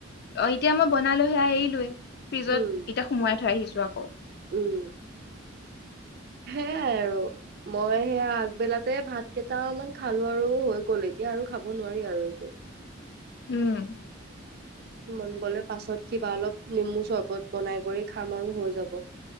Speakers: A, on the left (about 55°); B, on the right (about 50°).
A: অ এতিয়া মই বনালোহে এৰিলোয়ে ফ্ৰিজত
B: উম
A: এতিয়া সোমোৱাই থৈ আহিছো আকৌ
B: উম সেইয়াই আৰু মই সেয়া আগবেলাতে ভাত কেইটামান খালো আৰু হৈ গ'ল এতিয়া আৰু খাব নোৱাৰি আৰু একো।
A: উম।
B: মন গ'লে পাছত কিবা অলপ নেমু চবত বনাই কৰি খাম আৰু হৈ যাব।